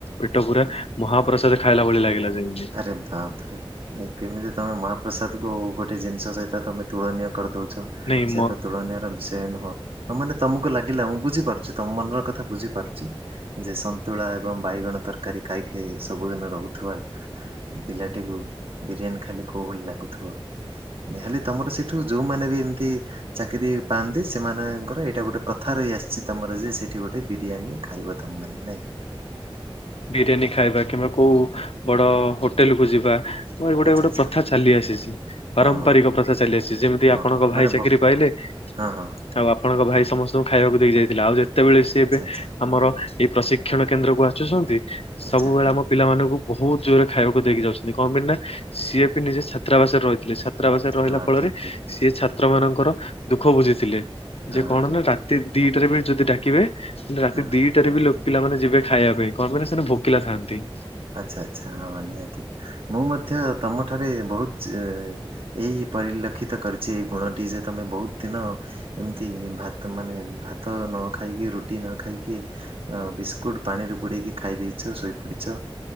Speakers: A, on the left; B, on the right.
A: ପେଟ ପୁରା ମହାପ୍ରସାଦ ଖାଇଲା ଭଳି ଲାଗିଲା ଯେମତି।
B: ଯଧାର୍ଥରେ। ଇଏ କେମିତି ତମେ ମହାପ୍ରସାଦକୁ ଗୋଟେ ଜିନିଷ ସହିତ ତମେ ତୁଳନୀୟ କରିଦଉଚ।
A: ନାଇଁ
B: ସେ
A: ମ
B: ତ ତୁଳନୀୟାର ବିଷୟ ନୁହଁ। ହଁ ମାନେ ତମକୁ ଲାଗିଲା ମୁଁ ବୁଝିପାରୁଚି ତମ ମନର କଥା ବୁଝିପାରୁଚି। ଯେ ସନ୍ତୁଳା ଏବଂ ବାଇଗଣ ତରକାରୀ ଖାଇ ଖାଇ ସବୁଦିନ ରହୁଥିବା। ପିଲାଟିକୁୁ ବିରିୟାନୀ ଖାଲି କୋଉ ଭଳି ଲାଗୁଥିବ। ଯାହେଲେ ତମର ସେଇଠୁ ଯୋଉମାନେ ବି ଏମିତି ଚାକିରି ପାଆନ୍ତି ସେମାନେ ଙ୍କର ଏଇଟା ଗୋଟେ ପ୍ରଥା ରହିଆସିଛି ତମର ଯେ ସେଇଠି ଗୋଟେ ବିରିୟାନୀ ଖାଇବ ତମ ମାନେ ନାଇଁ କି?
A: ବିରିୟାନୀ ଖାଇବା କିମ୍ବା କୋଉ ବଡ଼ ହୋଟେଲକୁୁ ଯିବା ମ ଏ ଗୁଟେ
B: ଆଚ୍ଛା
A: ଗୋଟେ
B: ଆଚ୍ଛା
A: ପ୍ରଥା ଚାଲି ଆସିଚି।
B: ହଁ
A: ପାରମ୍ପରିକ
B: ହଁ
A: ପ୍ରଥା ଚାଲିଆସିଛି ଯେମିତି
B: ହଁ
A: ଆପଣଙ୍କ
B: ହଁ ମାନେ
A: ଭାଇ ଚାକିରି
B: ବହୁ
A: ପାଇଲେ
B: ବହୁ ହଁ ହଁ
A: ଆଉ ଆପଣଙ୍କ ଭାଇ ସମସ୍ତଙ୍କୁ ଖାଇବାକୁ ଦେଇ କି ଯାଇଥିଲା ଆଉ ଯେ ତେବେଳେ ସିଏ
B: ଆଚ୍ଛା
A: ଏବେ
B: ଆଚ୍ଛା
A: ଆମର ଏଇ ପ୍ରଶିକ୍ଷଣ କେନ୍ଦ୍ରକୁ ଆସୁଛନ୍ତି
B: ଆଚ୍ଛା
A: ସବୁବେଳେ ଆମ ପିଲାମାନଙ୍କୁ ବହୁତ ଜୋରେ ଖାଇବାକୁ ଦେଇକି ଯାଉଛନ୍ତି କଣ ପାଇଁ ନା ସିଏ ବି ନିଜେ ଛାତ୍ରାବାସରେ ରହିଥିଲେ ଛା ଛାତ୍ରାବାସରେ ରହିଲା
B: ହଁ
A: ଫଳରେ
B: ଠିକ୍ ଠିକ୍
A: ସିଏ ଛାତ୍ର ମାନଙ୍କର ଦୁଃଖ ବୁଝିଥିଲେ
B: ହଁ
A: ଯେ କଣ
B: ଠିକ୍
A: ନା ରାତି
B: ଠିକ୍
A: ଦିଟାରେ ବି ଯଦି ଡାକିବେ ରାତି
B: ହଁ ହଁ।
A: ଦିଟାରେ ବି ଲୋ ପିଲାମାନେେ ଯିବେ ଖାଇବା ପାଇଁ। କଣ ପାଇଁ ନା ସେନେ ଭୋକିଲା ଥାଆନ୍ତି।
B: ଆଚ୍ଛା ଆଚ୍ଛା ହଁ ନିହାତି ମୁଁ ମଧ୍ୟ ତମଠାରେ ବହୁତ ଚେଁ ଏଇ ପରିଲକ୍ଷିତ କରିଛି ଏ ଗୁଣଟି ଯେ ତମେ ବହୁତ ଦିନ ଏମିତି ଭାତ ମାନେ ଭାତ ନ ଖାଇକି ରୁଟି ନ ଖାଇକି ଅ ବିସ୍କୁଟ ପାଣିରେ ବୁଡ଼େଇକି ଖାଇ ଦେଇଚ ଶୋଇପଡ଼ଚ।